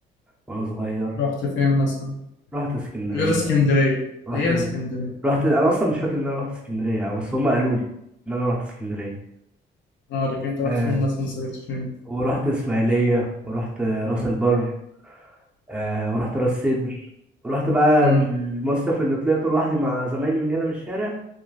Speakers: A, in the centre; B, on the left.
A: وانا صغير
B: رحت فين مثلا
A: رحت اسكندريه
B: غير اسكندرية
A: رحت
B: غير اسكندرية
A: رحت انا اصلا مش فاكر ان انا رحت اسكندريه يعني بس هم قالوا لي ان انا رحت اسكندريه
B: اه لكن انت رحت
A: آه
B: فين مثلا صيفت فين
A: ورحت اسماعيليه ورحت راس البر آه ورحت راس سدر ورحت بقى
B: امم
A: المصيف اللي طلعته لوحدي مع زمايلي من هنا من الشارع